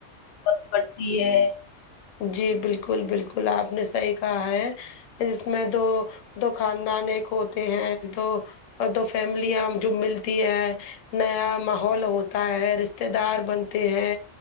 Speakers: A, on the left (about 55°); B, on the left (about 85°).
A: با پڑتی ہے
B: جی بالکل بالکل آپ نے صحیح کہا ہے اس میں دو دو خاندان ایک ہوتے ہیں تو اور دو فیملیاں جو ملتی ہے نیا ماحول ہوتا ہے رشتے دار بنتے ہیں